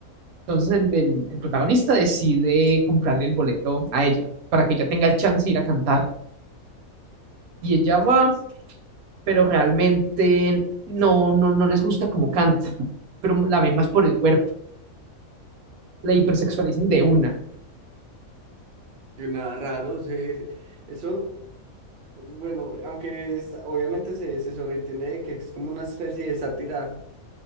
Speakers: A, on the right (about 80°); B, on the right (about 60°).
A: Entonces el, el- el protagonista decide comprarle el boleto a ella para que ella tenga el chance de ir a cantar. Y ella va pero realmente no, no, no les gusta cómo canta, pero la ven más por el cuerpo. la hipersexualizan de una.
B: y nada raro, o sea, es- eso... Bueno, aunque es- obviamente se, se sobreentiende de que es como una especie de sátira